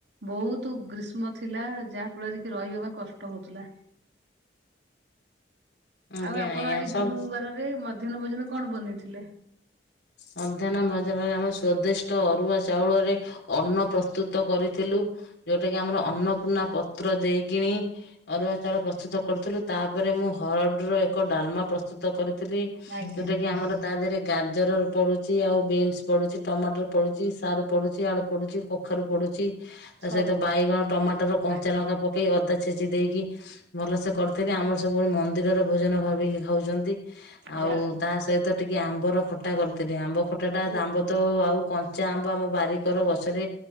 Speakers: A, on the right; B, on the left.
A: ବହୁତ ଗ୍ରୀଷ୍ମ ଥିଲା, ଯାହା ଫଳରେ କି ରହିହବା କଷ୍ଟ ହଉଥିଲା।
B: ଆଜ୍ଞା
A: ଆଉ ଆପଣ
B: ଆଜ୍ଞା
A: ଆଜି
B: ସବୁ
A: ଗୁରୁବାରରେ, ମଧ୍ୟାହ୍ନ ଭୋଜନ କଣ ବନେଇଥିଲେ?
B: ମଧ୍ୟାହ୍ନ ଭଜାରରେ, ଆମେ ସ୍ଵଦିଷ୍ଟ ଅରୁଆ ଚାଉଳରେ ଅନ୍ନ ପ୍ରସ୍ତୁତ କରିଥିଲୁ। ଯୋଉଟା କି ଆମର ଅନ୍ନପୂର୍ଣ୍ଣା ପତ୍ର ଦେଇକିିଣି ଅରୁଆ ଚାଉଳ ପ୍ରସ୍ତୁତ କରୁଥିଲୁ। ତା'ପରେ ମୁଁ ହରଡ଼ ର ଏକ ଡାଲମା ପ୍ରସ୍ତୁତ ତ କରିଥିଲି
A: ଆଜ୍ଞା
B: ଯୋଉଟା କି ଆମର ତା ଦେହରେ ଗାଦ୍ ଜର ପଡୁଛି, ଆଉ ବିନ୍ସ ପଡୁଛି, ଟମାଟର ପଡୁଛି, ସାରୁ ପଡୁଛି, ଆଳୁ ପଡ଼ୁଛି, କଖାରୁ ପଡ଼ୁଛି, ତା'
A: ସବୁ
B: ସହିତ ବାଇଗଣ, ଟମାଟର, କଞ୍ଚା
A: ଆଜ୍ଞା
B: ଲଙ୍କା ପକ୍ କେହି ଅଦା ଛେଚି ଦେଇକି ଭଲସେ, କରିଥିନି ଆମର ସବୁବେଳେ ମନ୍ଦିରର ଭୋଜନ ଭାବିକି ଖାଉଛନ୍ତି। ଆଉ
A: ଯାହା ହଉ
B: ତା ସହିତ, ଟିକେ ଆମ୍ବର ଖଟା କରିଥିଲି। ଆମ୍ବ ଖଟା ଟା
A: ଓହୋ
B: ଆମ୍ବ ତ ଆଉ କନ୍ ଞ୍ଚା ଆମ୍ବ ଆମ ବାରିକର ଗଛରେ